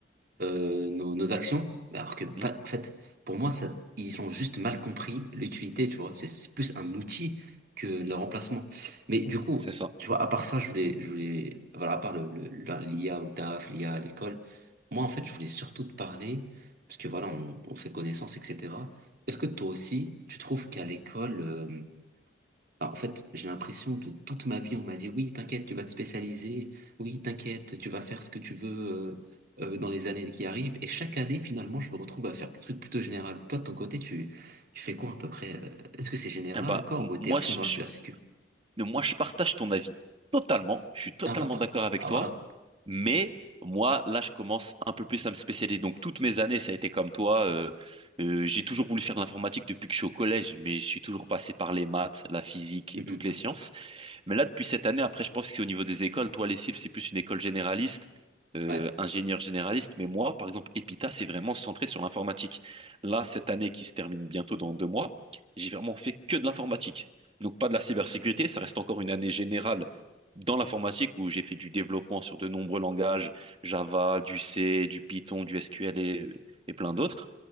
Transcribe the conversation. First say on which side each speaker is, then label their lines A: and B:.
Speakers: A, on the right (about 55°); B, on the right (about 30°).
A: euh, nos, nos actions, alors que pas,
B: Mm,
A: en fait, pour moi, ça, ils ont juste mal compris l'utilité, tu vois. C'est c'est plus un outil que le remplacement. Mais du coup,
B: c'est ça.
A: tu vois, à part ça, je voulais, je voulais, voilà, à part le, le- la- l'IA au taf, l'IA à l'école, moi, en fait, je voulais surtout te parler, parce que voilà, on, on fait connaissance, etc. Est-ce que toi aussi, tu trouves qu'à l'école, euh, alors, en fait, j'ai l'impression de toute ma vie, on m'a dit, oui, t'inquiète, tu vas te spécialiser, oui, t'inquiète, tu vas faire ce que tu veux euh, euh, dans les années qui arrivent. Et chaque année, finalement, je me retrouve à faire des trucs plutôt généraux. Toi, de ton côté, tu, tu fais quoi à peu près? euh, Est-ce que c'est général
B: Eh bah,
A: encore
B: m-
A: ou t'es
B: moi,
A: à fond
B: je,
A: dans la
B: je-
A: cybersécu?
B: moi, je partage ton avis totalement. Je suis totalement
A: Ah bah, par-
B: d'accord avec
A: Ah
B: toi.
A: voilà.
B: Mais moi, là, je commence un peu plus à me spécialiser. Donc, toutes mes années, ça a été comme toi. euh, euh, j'ai toujours voulu faire de l'informatique depuis que je suis au collège, mais je suis toujours passé par les maths, la physique
A: Mhm.
B: et toutes les sciences. Mais là, depuis cette année, après, je pense que c'est au niveau des écoles. Toi, les Cils, c'est plus une école généraliste, euh,
A: Ouais.
B: ingénieur généraliste. Mais moi, par exemple, Epita, c'est vraiment centré sur l'informatique. Là, cette année qui se termine bientôt dans deux mois, j'ai vraiment fait que de l'informatique. Donc, pas de la cybersécurité. Ça reste encore une année générale dans l'informatique où j'ai fait du développement sur de nombreux langages, Java, du C, du Python, du SQL et, et plein d'autres